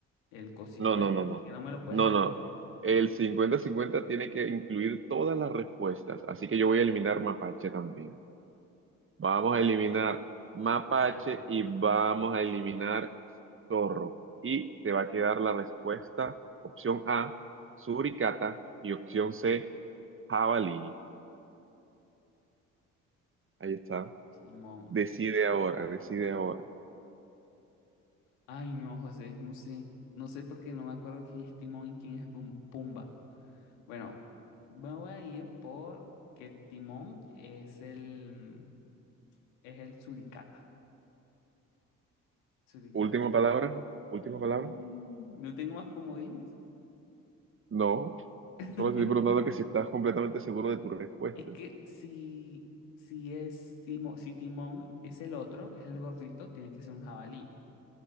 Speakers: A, on the left (about 75°); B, on the right (about 30°).
A: el cosito
B: No, no,
A: este,
B: no,
A: así
B: no.
A: que no me lo puedes
B: No,
A: agregar
B: no.
A: ahí.
B: El cincuenta-cincuenta tiene que incluir todas las respuestas. Así que yo voy a eliminar Mapache también. Vamos a eliminar Mapache
A: Es más atrevido.
B: y vamos a eliminar Zorro. Y te va a quedar la respuesta, opción A, Suricata y opción C. Jabalí, ahí está.
A: Timón
B: Decide ahora, decide ahora.
A: Ay, no, José, no sé. No sé porque no me acuerdo quién es Timón y quién es Bum- Pumba. Bueno, me voy a ir por que Timón es el, es el suricata. Suricata.
B: Última palabra, última
A: Y-
B: palabra.
A: No tengo más comodines.
B: No,
A: <laughs>
B: solo te estoy preguntando que si estás completamente seguro de tu respuesta.
A: Es que si, si es Simo- si Timón es el otro, es el gordito, tiene que ser un jabalí.